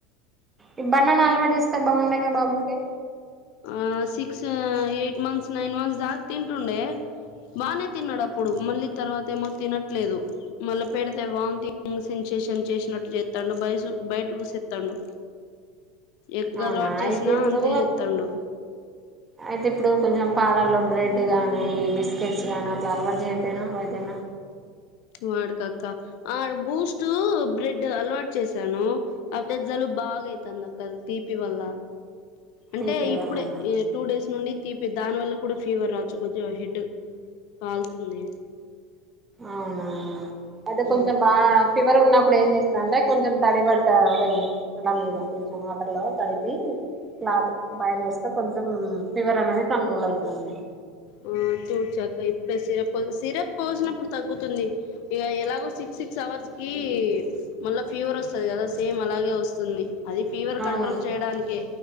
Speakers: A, on the right (about 20°); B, on the left (about 55°).
A: ఈ బనానా అలవాటు చేస్తే బాగుండే కదా బాబుకి
B: ఆ six eight months nine months దాగ తింటుండే బానే తిన్నాడు అప్పుడు మళ్ళీ తర్వాత ఏమో తినట్లేదు మళ్ళా పేడ అ వాన్థింగ్ సెన్సేషన్ చేసినట్టు చేత్తాడు బయట వుసెత్తాడు ఎగ్
A: అవునా
B: అలవాటు చేసినా
A: అయితే ఇప్పుడు
B: అంతే చేత్తాండు
A: అయితే ఇప్పుడు కొంచెం పాలల్లో బ్రెడ్ గానీ బిస్కెట్స్ గానీ అట్లా అలవాటు చేయపోయాను అదనా
B: వాడికక్క ఆ బూస్టూ బ్రెడ్డు అలవాటు చేసాను అట్లే జలుబ్ బాగైతాంది అక్క తీపి వల్ల అంటే
A: టీటీ
B: ఇప్పుడే
A: వాళ్ళనా
B: టూ డేస్ నుండి తీపి దాని వల్ల కూడా ఫీవర్ రాచ్చు కొజ్జిగ హెడ్ కాల్తుంది
A: అవునా అంటే
B: ఆ
A: కొంచెం బాగా ఫీవర్ ఉన్నప్పుడు ఏం జేస్తా అంటే కొంచెం తడిబట్ట వెయ్ తల మీద ల కొంచెం ఆటర్లో తడిపి క్లాత్ పైన ఎస్తే కొంచెం ఫీవర్ అనేది కంట్రోల్ అయితదనమాట
B: ఊ చూడ్చాక్క ఇప్పుడే సిరప్పం సిరప్ పోసినప్పుడు తగ్గుతుంది ఇగ ఎలాగో సిక్ సిక్స్ అవర్స్ కి మళ్ళ ఫీవరొస్తది గదా సేమ్ అలాగే వస్తుంది అది ఫీవర్
A: అవును
B: కంట్రోల్ చేయడానికె